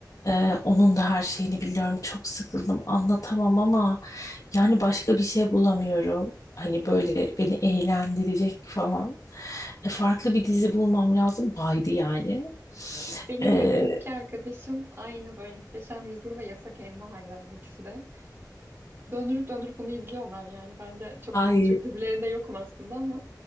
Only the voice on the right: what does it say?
Benim
yakındaki arkadaşım aynı böyle Muhteşem Yüzyıl ve Yasak Elma hayranı ikisi de. Döndürüp döndürüp bunu izliyorlar yani. Ben de çok
Türk dizilerinde yokum aslında ama.